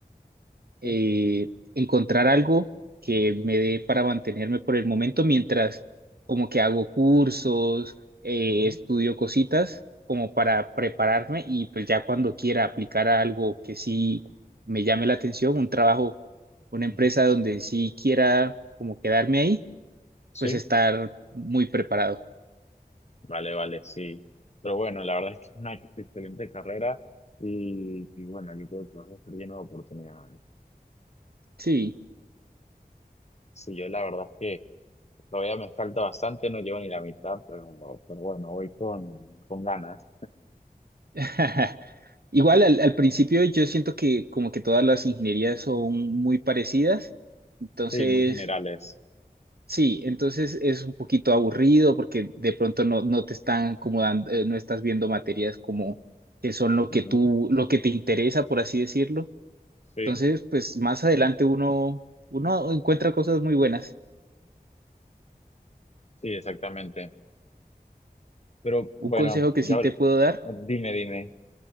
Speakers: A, on the right; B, on the left.
A: eh,
B: Sí,
A: encontrar algo que me dé para mantenerme por el momento mientras como que hago cursos, eh,
B: ujú,
A: estudio cositas como para prepararme y pues ya cuando quiera aplicar a algo que sí me llame la atención, un trabajo, una
B: ujú,
A: empresa donde sí quiera como quedarme ahí,
B: sí,
A: pues estar muy preparado.
B: vale, vale, sí. Pero bueno, la verdad es que es una excelente carrera y, y bueno, yo creo que vas a estar lleno de oportunidades.
A: Sí.
B: Sí, yo la verdad es que Todavía me falta bastante, no llevo ni la mitad, pero, pero bueno, voy con, con ganas.
A: <laughs> Igual al, al principio yo siento que como que todas las ingenierías son muy parecidas, entonces
B: Sí, muy generales.
A: Sí, entonces es un poquito aburrido porque de pronto no, no te están como dando, eh, no estás viendo materias como que son lo
B: Ujú.
A: que tú, lo que te interesa, por así decirlo.
B: Sí,
A: Entonces, pues más adelante uno, uno encuentra cosas muy buenas.
B: sí, exactamente. Pero
A: Un
B: bueno,
A: consejo que
B: ya
A: sí
B: ahori-
A: te puedo dar
B: dime, dime.